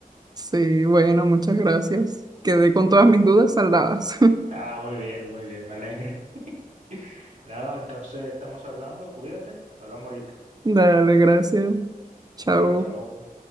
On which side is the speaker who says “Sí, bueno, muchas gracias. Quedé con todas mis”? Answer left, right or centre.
Right